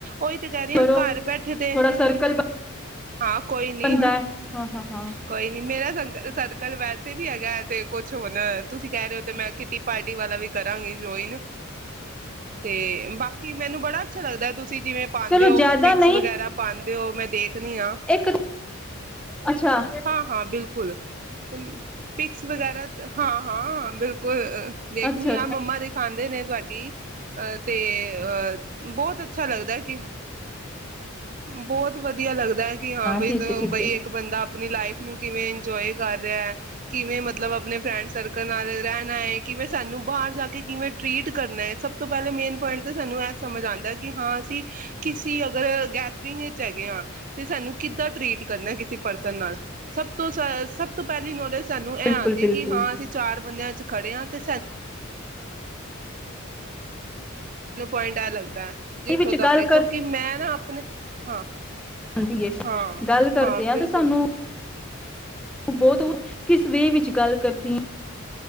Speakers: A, on the right (about 40°); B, in the centre.
A: ਉਹੀ ਤੇ ਕਹਿ ਰਹੀ
B: ਕਰੋ
A: ਹ ਘਰ ਬੈਠੇ ਦੇ
B: ਥੋੜਾ ਸਰਕਲ
A: ਹਾਂ ਕੋਈ ਨੀ,
B: ਬੰਦਾ ਹਾਂ ਹਾਂ ਹਾਂ
A: ਕੋਈ ਨੀ ਮੇਰਾ ਸਰ ਸਰਕਲ ਵੈ ਵੀ ਹੈਗਾ ਤੇ ਕੁਛ ਹੁਣ, ਤੁਸੀਂ ਕਹਿ ਰਹੇ ਹੋ ਤੇ ਮੈਂ ਪਾਰਟੀ ਵਾਲਾ ਵੀ ਕਰਾਂਗੇ ਜੋਇਨ, ਤੇ ਬਾਕੀ ਕੀ ਮੈਨੂੰ ਬੜਾ ਅੱਛਾ ਲੱਗਦਾ, ਤੁਸੀਂ ਜਿਵੇਂ ਪਾਦੇ
B: ਚਲੋ
A: ਓ
B: ਜ਼ਿਆਦਾ
A: ਪਿਕਸ
B: ਨਹੀਂ
A: ਵਗੈਰਾ ਪਾਦੇ ਉਹ ਮੈਂ ਦੇਖ ਨਹੀਂ ਆ
B: ਇੱਕ ਅੱਛਾ
A: ਹਾਂ ਹਾਂ ਬਿਲਕੁਲ ਕੁਲ ਪਿਕਸ ਵਗੈਰਾ ਹਾਂ ਹਾਂ ਬਿਲਕੁਲ ਦੇਖਣੀ
B: ਅੱਛਾ
A: ਆ, ਮੰਮਾ ਦੇ ਖਾਂਦੇ ਨੇ ਤੁਹਾਡੀ ਅ ਤੇ ਅ ਬਹੁਤ ਅੱਛਾ ਲੱਗਦਾ ਹੈ ਕਿ ਬਹੁਤ ਵਧੀਆ ਲੱਗਦਾ ਹੈ ਕਿ ਹਾਂ ਬਈ,
B: ਠੀਕ ਹੈ ਠੀਕ
A: ਬਈ
B: ਹੈ
A: ਇੱਕ ਬੰਦਾ ਆਪਣੀ ਲਾਈਫ ਨੂੰ ਕਿਵੇਂ ਇੰਜੋਏ ਕਰ ਰਿਹਾ। ਕਿਵੇਂ ਮਤਲਬ ਆਪਣੇ ਫਰੈਂਡ ਸਰਕਲ ਨਾਲ ਰਹਿਣਾ ਹੈ। ਕਿਵੇਂ ਸਾਨੂੰ ਬਾਹਰ ਜਾ ਕੇ ਕਿਵੇਂ ਟਰੀਟ ਕਰਨਾ ਹੈ। ਸਭ ਤੋਂ ਪਹਿਲੇ ਮੇਨ ਪੁਆਇੰਟ ਤਾਂ ਸਾਨੂੰ ਇਹ ਸਮਝ ਆਉਂਦਾ ਕਿ ਹਾਂ ਅਸੀਂ ਕਿਸ ਸੀ ਅਗਰ ਗੈਦਰਿੰਗ ਵਿੱਚ ਹੈਗੇ ਆ ਤੇ ਸਾਨੂੰ ਕਿੱਦਾਂ ਟਰੀਟ ਕਰਨਾ ਕਿਸੇ ਪਰਸਨ ਨਾਲ ਸਭ ਤੋਂ, ਸਭ ਤੋਂ ਪਹਿਲੀ ਨੌਲੇਜ ਸਾਨੂੰ ਇਹ
B: ਬਿਲਕੁਲ
A: ਆਉਂਦੀ
B: ਬਿਲਕੁਲ
A: ਹੈ, ਕਿ ਹਾਂ ਅਸੀਂ ਚਾਰ ਬੰਦਿਆਂ ਖੜੇ ਆ ਤੇ ਐ ਲੱਗਦਾ ਜਿੱਥੋਂ
B: ਇਹ ਵਿੱਚ
A: ਤੱਕ
B: ਗੱਲ
A: ਦੇ ਮੈਂ ਨਾ ਆਪਣੇ ਹਾਂ
B: ਹਾਂਜੀ,
A: ਹਾਂ
B: ਗੱਲ ਕਰਦੇ
A: ਬਿਲਕੁਲ
B: ਹਾਂ ਤੇ ਸਾਨੂੰ ਬਹੁਤ ਕੁਝ, ਕਿਸ ਵੇ ਵਿੱਚ ਗੱਲ ਕਰਦੀ